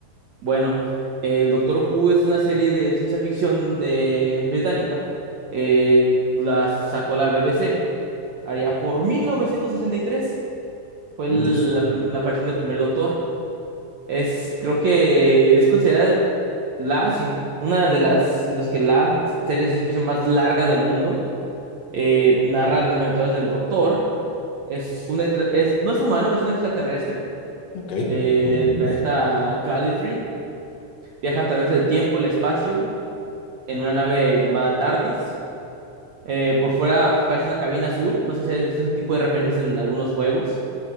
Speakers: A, on the right; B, on the left.
A: Bueno, el Doctor Who es una serie de ciencia ficción de británica. eh, la sacó la BBC allá por 1963. Fue el-
B: Yes.
A: la, prim- la aparición del primer Doctor. Es, creo que es considerada la, sin- una de las, si no es que la serie de ciencia ficción más larga del mundo, eh, narra las aventuras del Doctor. Es un, etra- es, no es humano, es un extraterrestre
B: Ok,
A: eh,
B: comprendo.
A: del planeta Gallifrey. Viaja a través del tiempo, el espacio, en una nave llamada TARDIS. Eh, por fuera pues, parece una cabina azul. No sé si has visto ese tipo de referencias en algunos juegos.